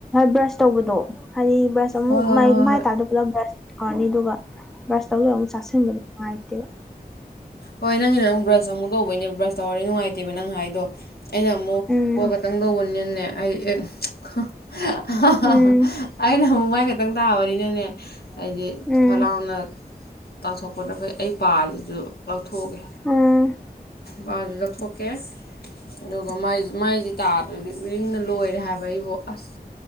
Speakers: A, in the centre; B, on the left.
A: ꯕ꯭ꯔꯁ ꯇꯧꯕꯗꯣ ꯍꯥꯏꯗꯤ ꯕ꯭ꯔꯁ ꯑꯃꯨꯛ
B: ꯍꯣꯏ ꯍꯣꯏ
A: ꯃꯥꯏ
B: ꯍꯣꯏ
A: <unintelligible> ꯕ꯭ꯔꯁ ꯀꯥꯔꯅꯤ ꯑꯗꯨꯒ ꯕ꯭ꯔꯁ ꯇꯧꯗꯒ ꯑꯃꯨꯛ ꯆꯥꯁꯤꯟꯕ ꯅꯨꯡꯉꯥꯏꯇꯦꯕ
B: ꯍꯣꯏ ꯅꯪꯒꯤꯅꯥ ꯑꯃꯨꯛ ꯕ꯭ꯔꯁ ꯑꯃꯨꯛ ꯇꯧꯕꯩꯅꯦꯕ ꯕ꯭ꯔꯁ ꯇꯧꯔꯗꯤ ꯅꯨꯡꯉꯥꯏꯇꯦꯕ ꯅꯪ ꯍꯥꯏꯗꯣ ꯑꯩꯅ ꯃꯨꯛ
A: ꯎꯝ
B: ꯀꯣ ꯈꯛꯇꯪ ꯇꯧꯕꯅꯤꯅꯅꯦ ꯑꯩ ꯑꯦ <unintelligible>
A: ꯎꯝ
B: ꯑꯩꯅ ꯑꯃꯨꯛ ꯃꯥꯏ ꯈꯛꯇꯪ ꯇꯥꯕꯅꯤꯅꯅꯦ ꯍꯥꯏꯗꯤ
A: ꯎꯝ
B: ꯐꯠ ꯂꯥꯎꯅ ꯇꯥꯊꯣꯛꯄꯗ ꯐꯩ ꯑꯩ ꯄꯥꯁꯤꯁꯨ ꯂꯧꯊꯣꯛꯑꯒꯦ
A: ꯎꯝ
B: ꯕꯥꯖꯤ ꯂꯧꯊꯣꯛꯀꯦ ꯑꯗꯨꯒ ꯃꯥꯏ ꯃꯥꯏꯁꯤ ꯇꯥ ꯑꯗꯨꯗꯤ ꯎꯔꯤꯡꯅ ꯂꯣꯏꯔꯦ ꯍꯥꯏꯕ ꯑꯩꯕꯨ ꯑꯁ